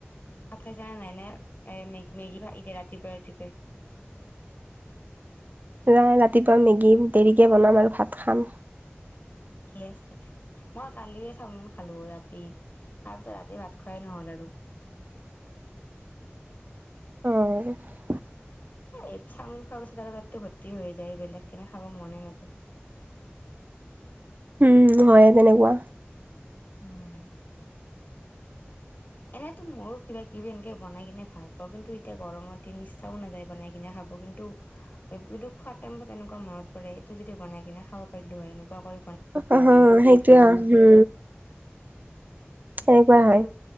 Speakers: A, on the left; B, on the right.
A: ভাত খাইছা নে নাই, নে এ মেগ মেগী এতিয়া ৰাতিপুৱাই ৰাতিপুৱাই।
B: নাই ৰাতিপুৱা মেগী দেৰিকে বনাম আৰু ভাত খাম।
A: ঠিকে আছে, মই কালিয়ে চাওমিন খালো ৰাতি তাৰপিছত ৰাতি ভাত খোৱাই নহ'ল আৰু।
B: অঁ।
A: এই চাওমিন খোৱাৰ পিছত আৰু পেতটো ভৰ্তি হৈ যায় বেলেগ কেনে খাব মনে নাযায়।
B: উমঁ' হয় তেনেকুৱা।
A: উমঁ। এনেতো মইয়ো কিবা কিবি এনেকে বনাই কিনে ভাল পাওঁ কিন্তু এতিয়া গৰমৰ দিন ইচ্ছাও নাযায় বনাই কিনে খাব। কিন্তু কিন্তু খোৱাৰ টাইমত এনেকুৱা মনত পৰে এইটো যদি বনাই কিনে খাব পাৰিলো হয়। এনেকুৱা কৈ
B: অঁ' হ, সেইটোয়ে উমঁ। সেনেকুৱা
A: কিন্তু
B: হয়।